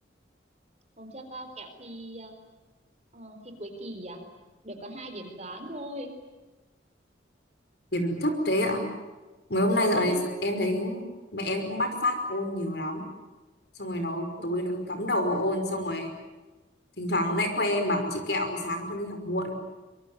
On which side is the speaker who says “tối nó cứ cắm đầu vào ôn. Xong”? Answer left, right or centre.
Left